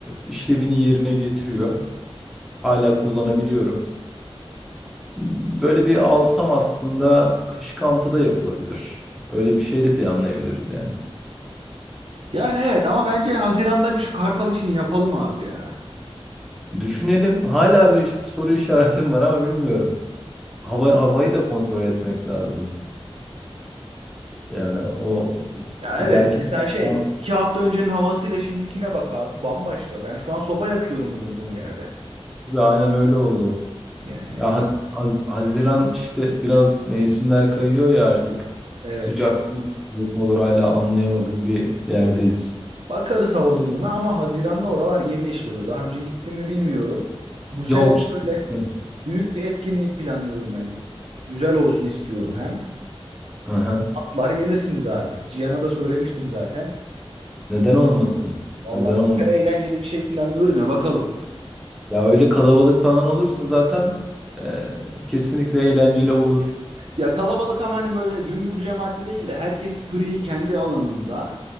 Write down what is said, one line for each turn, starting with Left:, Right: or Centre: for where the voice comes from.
Centre: işlevini yerine getiriyor. Hala kullanabiliyorum. Böyle bir alsam aslında kış kampı da yapılabilir. Öyle bir şey de planlayabiliriz yani.
Right: Yani evet ama bence Haziran'da bir şu Kartal işini yapalım abi ya.
Centre: Düşünelim. Hala bir işte soru işaretim var ama bilmiyorum. Hava, havayı da kontrol etmek lazım. Yani o
Right: Ya
Centre: giderken
Right: evet mesela şey
Centre: <laughs>
Right: iki hafta öncenin havasıyla şimdikine bak abi bambaşka. Ben şu an soba yakıyorum bulunduğum yerde.
Centre: ve aynen öyle oldu.
Right: Yani
Centre: Ya Haz- Haz- Haziran işte biraz mevsimler kayıyor ya artık.
Right: evet.
Centre: Sıcak mı soğuk mu olur hala anlayamadığım bir yerdeyiz.
Right: Bakarız hava durumuna ama Haziran'da oralar yemyeşil oluyor. Daha önce gittim mi bilmiyorum. Bu sene
Centre: Yok.
Right: böyle
Centre: Hı
Right: büyük bir etkinlik planlıyorum ben. Güzel olsun istiyorum hem.
Centre: Aha.
Right: Atlar gelirsiniz abi. Cihan'a da söylemiştim zaten.
Centre: Neden olmasın?
Right: Vallahi
Centre: Neden
Right: süper
Centre: olmasın?
Right: eğlenceli bir şey planlıyorum ya bakalım.
Centre: Ya öyle kalabalık falan olursa zaten e, kesinlikle eğlenceli olur.
Right: Ya kalabalık ama hani böyle cümbür cemaatli değil de herkes free kendi alanında